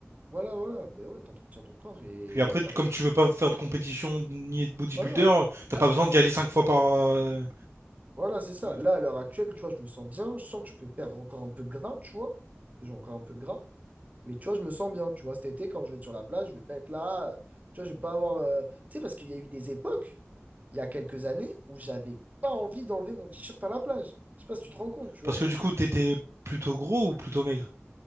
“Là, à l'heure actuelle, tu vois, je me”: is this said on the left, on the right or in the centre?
Right